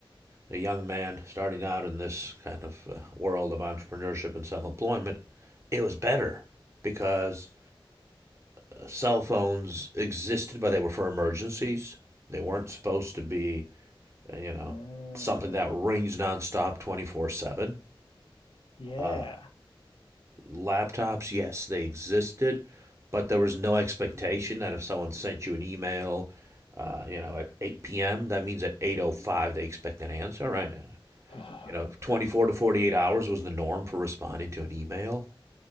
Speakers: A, on the right; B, on the left.
A: a young man starting out in this kind of uh, world of entrepreneurship and self employment. It was better because uh, cell phones existed, but they were for emergencies. They weren't supposed to be uh, you know,
B: Uh,
A: something that rings nonstop 24 7.
B: yeah.
A: Uh, laptops, yes, they existed, but there was no expectation that if someone sent you an email, uh, you know, at 8 p.m., that means at 8.05 they expect an answer, right?
B: <sighs> that
A: You know, 24 to 48 hours was the norm for responding to an email.